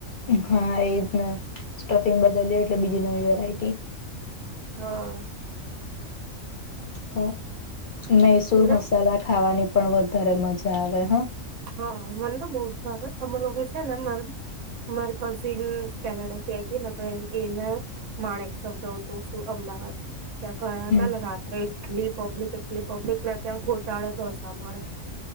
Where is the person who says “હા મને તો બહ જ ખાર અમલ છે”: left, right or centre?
Right